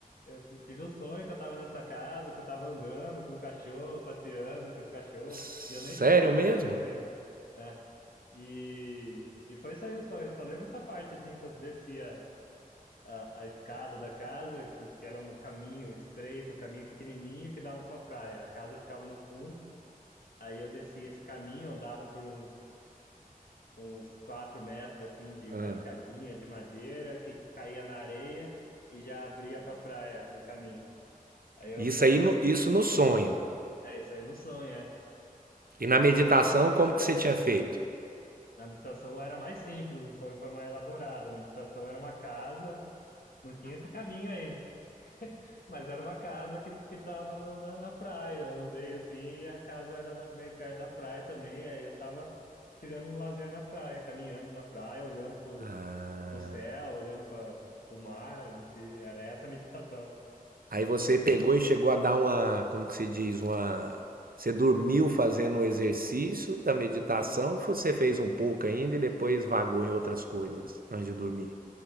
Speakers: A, on the left; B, on the right.
A: Eu f- tive um sonho que eu tava nessa casa, que eu tava andando com um cachorro, passeando com o cachorro.
B: Sério
A: E eu nem, nem tenho
B: mesmo?
A: cachorro ainda. É. E, e foi isso aí o sonho. Eu só lembro dessa parte, assim, que eu descia a, a escada da casa, que, que era um caminho estreito, um caminho pequenininho que dava para praia. A casa ficava no fundo. Aí eu descia esse caminho, andava por uns, uns 4 metros, assim, de
B: Ah.
A: uma escadinha de madeira que caía na areia e já abria para praia o caminho. Aí eu
B: Isso
A: saí,
B: aí, no, isso no sonho.
A: é isso aí no sonho, é.
B: E na
A: No
B: meditação,
A: sonho,
B: como que você tinha feito?
A: na meditação era mais simples, o sonho foi mais elaborado. A meditação era uma casa, não tinha esse caminho aí. Mas era uma casa que, que tava no- na, na praia. Eu andei assim e a casa era da- meio perto da praia também. Aí eu tava tirando um lazer na praia, caminhando na praia, olhando pro,
B: Ah,
A: pro céu, olhando para o mar em si. Era essa a meditação.
B: Aí você pegou e chegou a dar uma, como que se diz, uma. Você dormiu fazendo o exercício da meditação,
A: Sim.
B: você fez um pouco ainda e depois vagou em outras coisas antes de dormir.